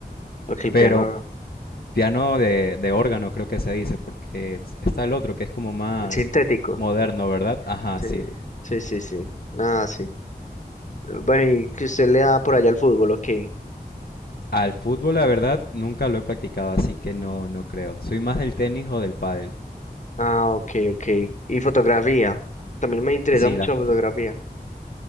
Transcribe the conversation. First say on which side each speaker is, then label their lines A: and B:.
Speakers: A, on the left (about 45°); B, on the left (about 70°).
A: lo que el
B: Pero
A: piano.
B: piano de, de órgano creo que se dice porque es- está el otro que es como más
A: El sintético.
B: moderno, ¿verdad? Ajá,
A: Sí,
B: sí.
A: sí, sí, sí. Nada, sí. Bueno, y que usted le da por allá al fútbol, ok.
B: Al fútbol, la verdad, nunca lo he practicado, así que no, no creo. Soy más del tenis o del pádel.
A: Ah, ok, ok. Y fotografía. También me interesa
B: Sí,
A: mucho
B: la,
A: la
B: fo-
A: fotografía.